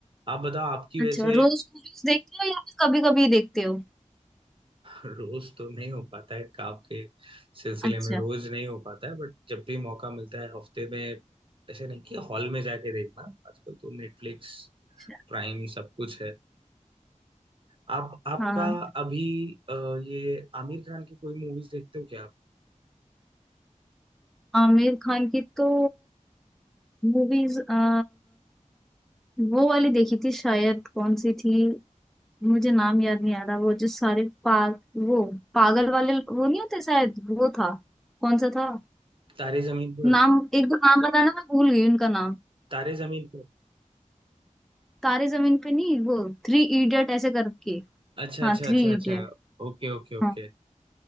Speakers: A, on the right; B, in the centre.
A: आप बताओ आपकी वैसे
B: अच्छा रोज मूवीज देखते हो या फिर कभी कभी देखते हो
A: रोज तो नहीं हो पाता है काम के सिलसिले
B: अच्छा
A: में रोज नहीं हो पाता है बट जब भी मौका मिलता है हफ्ते में ऐसे नहीं कि हॉल में जाके देखना आजकल तो नेटफ्लिक्स
B: अच्छा
A: प्राइम सब कुछ है आप आपका
B: हाँ
A: अभी अ, ये आमिर खान की कोई मूवीज देखते हो क्या आप
B: आमिर खान की तो मूवीज आ, वो वाली देखी थी शायद कौन सी थी मुझे नाम याद नहीं आ रहा वो जो सारे पा, वो पागल वाले वो नहीं होते शायद वो था कौन सा था
A: तारे जमीन पर
B: नाम एक दो नाम बताना मैं भूल गई उनका नाम
A: तारे जमीन पर
B: तारे जमीन पे नहीं वो थ्री इडियट ऐसे करके
A: अच्छा
B: हाँ
A: अच्छा
B: थ्री
A: अच्छा अच्छा
B: इडियट
A: Okay okay okay
B: हाँ